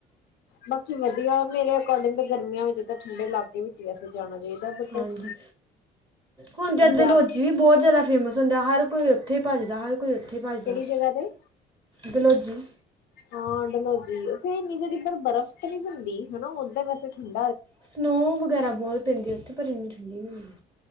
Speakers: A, on the left (about 65°); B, on the right (about 25°).
A: ਬਾਕੀ ਵਧੀਆ, ਮੇਰੇ ਅਕੋਰਡਿੰਗ ਗਰਮੀਆਂ ਵਿੱਚ ਤਾਂ, ਠੰਡੇ ਇਲਾਕੇ ਵਿੱਚ ਵੀ ਵੈਸੇ ਜਾਣਾ ਚਾਹੀਦਾ ਬਟ
B: ਹਾਂਜੀ, ਹੁਣ ਤੇ
A: ਡਰ
B: ਦਲਹੌਜੀ ਵੀ ਬਹੁਤ ਜਿਆਦਾ ਫੇਮਸ ਸੁੁੰਦਾ ਹਰ ਕੋਈ ਉੱਥੇ ਹੀ ਭੱਜਦਾ, ਹਰ ਕੋਈ ਉੱਥੇ ਭੱਜਦਾ
A: ਕਿਹੜੀ ਜਗ੍ਹਾ ਤੇ,
B: ਦਲੌਜੀ
A: ਹਾਂ ਡਲੋਜੀ ਆ ਉੱਥੇ ਇੰਨੀ ਜ ਬਰਫ਼ ਤਾਂ ਨਹੀਂ ਹੁੰਦੀ, ਹਨਾ ਉਦਾਂ ਵੈਸ ਠੰ
B: ਸਨੋ ਵਗੈਰਾ ਬਹੁਤ ਪੈਂਦੀ ਹੈ ਉੱਥੇ, ਪਰ ਇੰਨੀ ਠੰਡੀ ਨਹੀਂ ਹੁੰਦੀ।